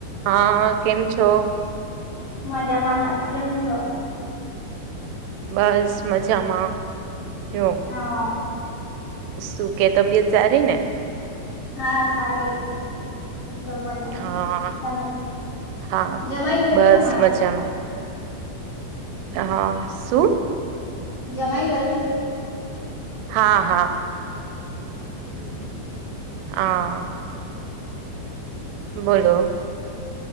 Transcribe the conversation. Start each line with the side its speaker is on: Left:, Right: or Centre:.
Right: હા કેમ છો?
Left: મધ્યા મા તમે કેમ છો?
Right: બસ મજામાં જો-
Left: હા
Right: સુું કે તબિયત સારી ને-
Left: હા સારી એકદમ મજામાં
Right: હા
Left: તમે
Right: હા
Left: જમાઈ ગયું
Right: બસ
Left: તમારું
Right: મજામાં હા શું -
Left: જમાઈ ગયું-
Right: હા હા-
Left: હમ.
Right: હા બોલોલો